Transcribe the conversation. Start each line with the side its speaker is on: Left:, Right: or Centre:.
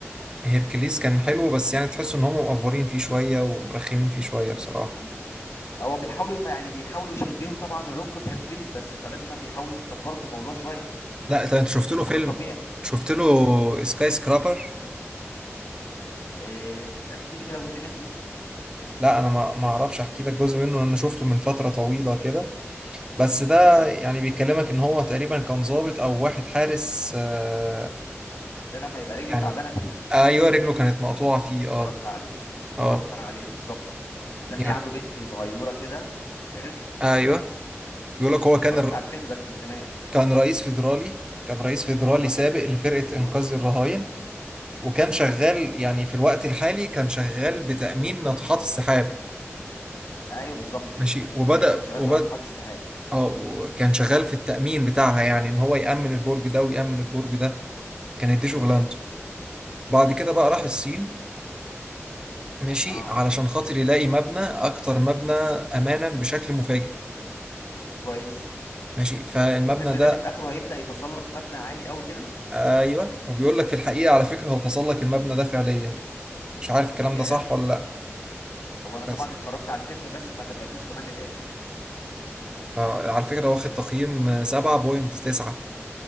Right: هيركليس كان حلو بس يعني تحس ان هم مقفورين فيه شوية ومرخمين فيه شوية
Left: مم،
Right: بصراحة
Left: مم، مم. هو بيحاولوا ما- يعني بيحاولوا يشبهوا طبعا الروك بهيركليز بس فلازم بيحاولوا يكبروا في الموضوع شويه
Right: لا ده انت شفت له
Left: فده
Right: فيلم
Left: طبيعي
Right: شفت له
Left: مم.
Right: سكاي سكرابر
Left: أه احكي لي كده جزء منه
Right: لا انا ما ما اعرفش احكي لك جزء منه لأن انا شفته من فترة طويلة كده بس ده
Left: تمام
Right: يعني بيكلمك ان هو تقريبا كان ضابط او واحد حارس آه
Left: ده لما يبقى رجله
Right: يعني
Left: تعبانه فيه
Right: ايوه رجله كانت مقطوعة فيه اه
Left: اتفرجت عليه اتفرجت
Right: اه
Left: عليه بالظبط وكان
Right: يعني
Left: ليه عنده بنت صغيره كده في الفيلم
Right: ايوه بيقول لك هو
Left: اتفرجت
Right: كان
Left: على الفيلم بس من زمان
Right: كان رئيس فيدرالي كان رئيس فيدرالي
Left: ايوه
Right: سابق لفرقة
Left: مظبوط
Right: إنقاذ الرهاين وكان
Left: تمام
Right: شغال يعني في الوقت الحالي كان شغال بتأمين ناطحات السحاب
Left: ايوه بالظبط
Right: ماشي
Left: كده
Right: وبدأ
Left: تمام كان شغال
Right: وبدأ
Left: في ناطحات السحاب
Right: اه كان شغال في التأمين بتاعها يعني إن هو يأمن البرج ده ويأمن البرج ده كانت دي شغلانته
Left: تمام
Right: بعد كده بقى راح الصين ماشي
Left: اه
Right: علشان خاطر يلاقي مبنى أكتر مبنى أمانا بشكل مفاجئ
Left: كويس
Right: ماشي فالمبنى
Left: الفيلم
Right: ده
Left: ده اللي في اخره هيبدأ يتسلق مبنى عالي قوي كده
Right: أيوه وبيقول لك في الحقيقة على فكرة هو تسلق المبنى ده فعليا مش عارف الكلام
Left: ياه
Right: ده صح ولا لأ
Left: هو انا طبعا
Right: بس
Left: اتفرجت على الفيلم بس ما تابعتوش كمان للاخر
Right: فعلى فكرة واخد تقييم 7.9